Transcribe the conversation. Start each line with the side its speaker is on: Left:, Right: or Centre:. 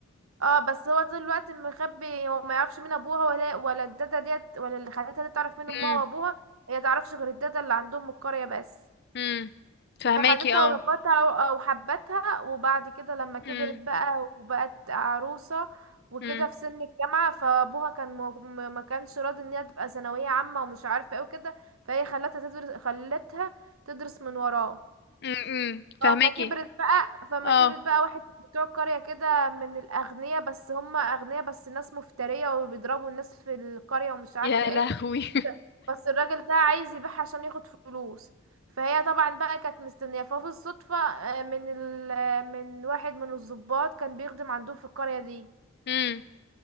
Right: اه بس هو طول الوقت مخبي هو ما يعرفش مين ابوها ولا ولا الداده ديت ولا اللي خدتها دي تعرف مين
Left: مم.
Right: امها وابوها هي تعرفش غير الداده اللي عندهم من القريه بس
Left: مم. فهماكي
Right: فخدتها
Left: اه
Right: وربتها و- وحبتها وبعد كده لما كبرت
Left: مم.
Right: بقى وبقت عروسه وكده
Left: مم.
Right: في سن الجامعه فابوها كان م... م- ما كانش راضي ان هي تبقى ثانويه عامه ومش عارفه ايه وكده فهي خلتها تدرس خلتها تدرس من وراه
Left: مم. مم. فهماكي
Right: فما كبرت بقى فما
Left: اه
Right: كبرت بقى واحد من بتوع القرية كده من الأغنياء بس هم أغنياء بس ناس مفترية وبيضربوا الناس في القرية ومش عارفة
Left: يا
Right: ايه
Left: لهوي <laughs>
Right: بس الراجل ده عايز يبيعها عشان ياخد فلوس فهي طبعا بقى كانت مستنية ففي الصدفة آه، من ال... آه، من واحد من الضباط كان بيخدم عندهم في القرية دي
Left: مم.